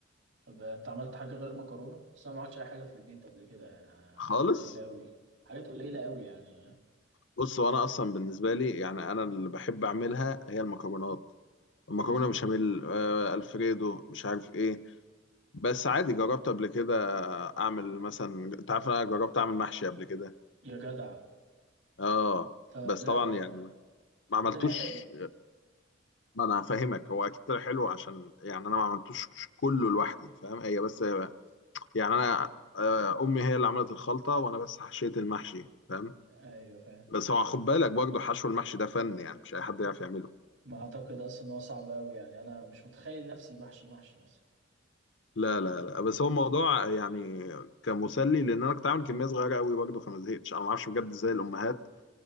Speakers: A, on the right; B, on the left.
A: طب انت عملت حاجة غير مكرونة؟ بس انا ما عملتش اي حاجة في البيت قبل كده يعني أنا
B: خالص
A: حاجات قليلة قوي حاجات قليلة قوي يعني
B: بص
A: زي...
B: وانا اصلا بالنسبه لي يعني انا اللي بحب اعملها هي المكرونات المكرونه
A: امم
B: بشاميل آه، الفريدو مش عارف ايه بس عادي جربت قبل كده اعمل مثلا انت عارف انا جربت اعمل محشي قبل كده
A: يا جدع
B: اه
A: ط- لا
B: بس طبعا
A: لا لا
B: يعني ما عملتوش
A: طلع حلو
B: ما انا هفهمك هو اكيد طلع حلو عشان يعني انا ما عملتوش كله لوحدي فاهم هي بس يعني انا آه، امي هي اللي عملت الخلطه وانا بس حشيت المحشي فاهم
A: ايوه فاهم
B: بس هو خد بالك برضه حشو المحشي ده فن يعني مش اي حد يعرف يعمله
A: ما اعتقد اصلا ان هو صعب قوي يعني انا مش متخيل نفسي محشي محشي مثلا
B: لا لا لا بس هو الموضوع يعني كان مسلي لان انا كنت عامل كميه صغيره قوي برضه فما زهقتش انا ما اعرفش بجد ازاي الامهات